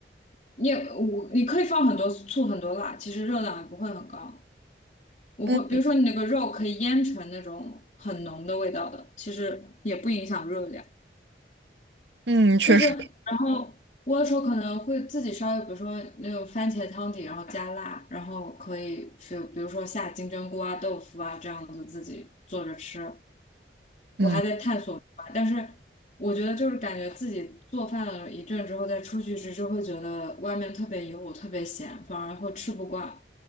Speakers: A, on the left; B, on the right.
A: 你也我你可以放很多醋很多辣，其实热量也不会很高。我会，
B: 嗯
A: 比如说你那个肉可以腌成那种很浓的味道的，其实也不影响热量。
B: 嗯，确实，
A: 就是，然后我有时候可能会自己烧，比如说那种番茄汤底，然后加辣，然后可以就比如说下金针菇啊、豆腐啊这样子自己做着吃。
B: 嗯。
A: 我还在探索吧但是我觉得就是感觉自己做饭了一阵之后再出去吃，就会觉得外面特别油、特别咸，反而会吃不惯。